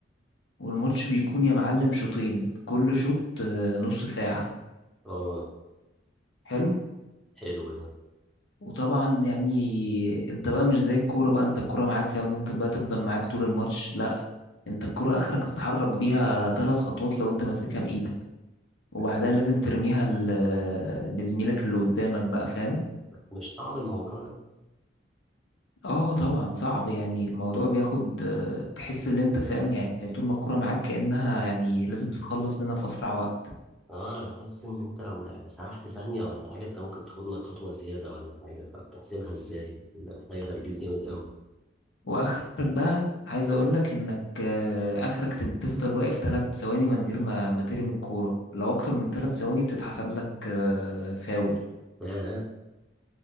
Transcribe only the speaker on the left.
والماتش بيكون يا معلم شوطين كل شوط آه، نص ساعة
حلو
وطبعا يعني انت بقى مش زي الكورة بقى انت الكورة معاك فيها ممكن بقى تفضل معاك طول الماتش لا انت الكورة اخرك تتحرك بيها ثلاث خطوات لو انت ماسكها بايدك وبعدها
لازم ترميها ل- آه، لزميلك اللي قدامك بقى فاهم
اه طبعا صعب يعني الموضوع بياخد آه، تحس ان انت فاهم يعني طول ما الكرة معاك كأنها يعني لازم تتخلص منها في اسرع وقت
واخرك بقى عايز اقول لك انك آه، اخرك تب- تفضل واقف ثلاث ثواني من غير ما ما ترمي الكورة لو اكتر من ثلاث ثواني بتتحسب لك آه، فاول